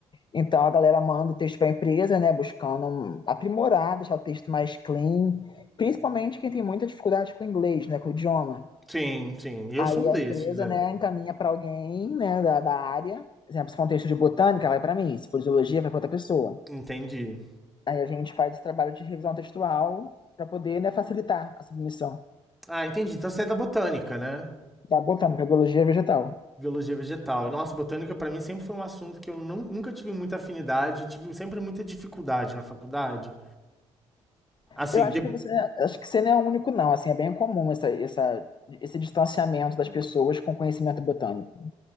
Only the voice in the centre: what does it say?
Sim, sim. Eu
sou um
desses,
é.
Entendi.
Ah, entendi. Então você é da botânica, né?
biologia vegetal. Nossa, botânica para mim sempre foi um assunto que eu não- nunca tive muita afinidade, tive sempre muita dificuldade na faculdade. Assim,
de-